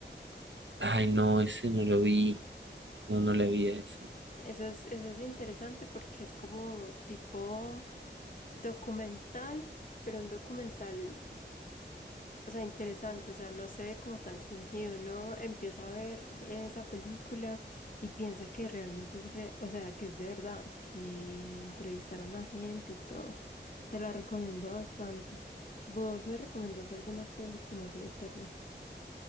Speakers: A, on the right; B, on the left.
A: Ay, no, ese no lo vi. No, no le vi a eso.
B: Eso es, eso es interesante porque es como tipo documental, pero un documental, o sea, interesante, o sea, no se ve como tan fingido, ¿no? Empieza a ver esa película y piensa que realmente es, re- o sea, que es de verdad, que entrevistaron a gente y todo. Te la recomiendo bastante. ¿Vos me recomendás alguna peli como así de terror?